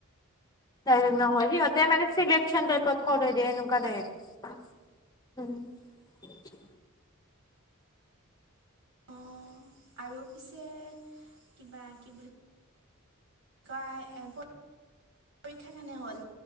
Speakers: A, on the left; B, on the right.
A: ডাইৰেক্ট নহয়, সিহঁতে মানে চিলেকচন টাইপত কৰে ৰে, এনেকুৱা টাইপ।
B: অঁ আৰু পিছে, কিবা কি বুলি পৰী <inaudible> ক্ষা কেনে হ'ল?